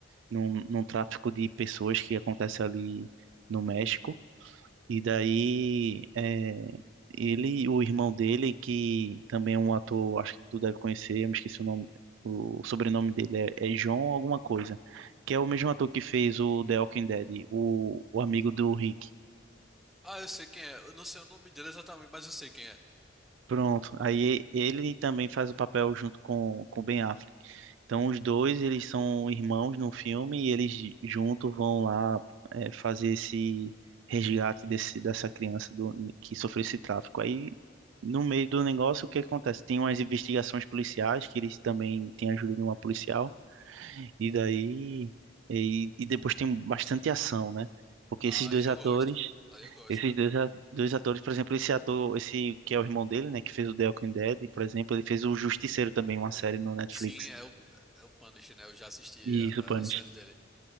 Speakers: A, on the right; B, in the centre.
A: num, num tráfico de pessoas que acontece ali no México. E daí é, ele, e o irmão dele, que também é um ator, acho que tu deve conhecer, eu me esqueci o nome, o sobrenome dele é, é John alguma coisa, que é o mesmo ator que fez o The Walking Dead, o, o amigo do Rick.
B: Ah, eu sei quem é. Eu não sei o nome dele exatamente, mas eu sei quem é.
A: Pronto. Aí ele também faz o papel junto com, com Ben Affleck. Então os dois, eles são irmãos no filme e eles juntos vão lá é, fazer esse resgate desse, dessa criança do, que sofreu esse tráfico. Aí no meio do negócio, o que acontece? Tem umas investigações policiais que eles também têm a ajuda de uma policial e daí e, e depois tem bastante ação, né? Porque
B: Ah,
A: esses dois
B: eu
A: atores
B: gosto. Ah, eu gosto,
A: esses
B: viu?
A: dois, a- dois atores, por exemplo, esse ator, esse que é o irmão dele, né, que fez o The Walking Dead, por exemplo, ele fez o Justiceiro também, uma série no Netflix.
B: Sim, é o, é o Punisher, né? Eu já assisti
A: E isso,
B: a,
A: Panos.
B: a a série dele.